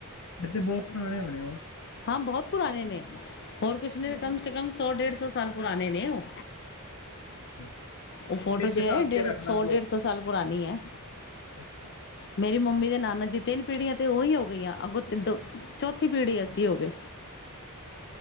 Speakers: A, on the left (about 75°); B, on the left (about 50°).
A: ਫੇਰ ਤੇ ਬਹੁਤ ਪੁਰਾਣੇ ਹੋਣੇ ਉਹ
B: ਹਾਂ, ਬਹੁਤ ਪੁਰਾਣੇ ਨੇ ਹੋਰ ਕੁਛ
A: ਅੱਛਾ
B: ਨਹੀਂ ਤੇ ਕਮ ਸੇ ਕਮ ਸੌ- ਡੇਢ ਸੌ ਡੇਢ ਸੌ ਸਾਲ ਪੁਰਾਣੇ ਨੇ ਉਹ
A: ਅੱਛਾ
B: ਉਹ ਫੋਟੋ
A: ਫਿਰ
B: ਜੇ
A: ਤੇ ਸਾਂਭ
B: ਹੈ
A: ਕੇ ਰੱਖਣਾ
B: ਸੌ-
A: ਬਹੁਤ
B: ਡੇਢ ਸੌ ਸਾਲ ਪੁਰਾਣੀ ਹੈ।
A: ਅੱਛਾ।
B: ਮੇਰੀ ਮੰਮੀ ਦੇ ਨਾਨਾ ਜੀ ਤਿੰਨ ਪੀੜ੍ਹੀਆਂ ਤੇ ਉਹੀ ਹੋ ਗਈਆਂ। ਅੱਗੋਂ ਤਿੰਨ ਦੋ ਚੌਥੀ ਪੀੜ੍ਹੀ ਅਸੀਂ ਹੋ ਗਏ।